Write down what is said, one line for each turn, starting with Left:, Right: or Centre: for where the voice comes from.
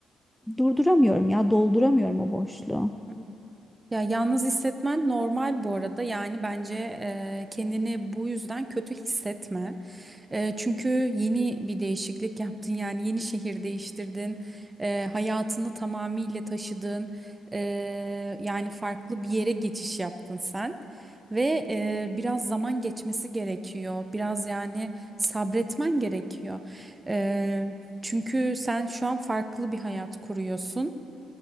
Centre: durduramıyorum ya dolduramıyorum o boşluğu.
Right: hı. Ya yalnız hissetmen normal bu arada. Yani bence eee, kendini bu yüzden kötü hissetme. Eee, çünkü yeni bir değişiklik yaptın. Yani yeni şehir değiştirdin. Eee, hayatını tamamıyla taşıdın. Eee, yani farklı bir yere geçiş yaptın sen. Ve eee, biraz zaman geçmesi gerekiyor. Biraz yani sabretmen gerekiyor. Eee, çünkü sen şu an farklı bir hayat kuruyorsun.